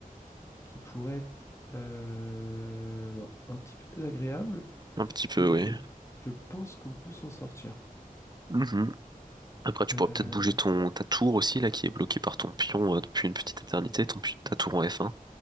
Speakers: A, on the left; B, on the right.
A: qui pourrait être euh, non, un petit peu désagréable,
B: Un petit peu,
A: mais
B: oui.
A: je, je pense qu'on peut s'en sortir.
B: Mhm. Après, tu
A: Euh,
B: pourras peut-être bouger ton, ta tour aussi, là, qui est bloquée par ton pion euh, depuis une petite éternité, ton, pi- ta tour en F1.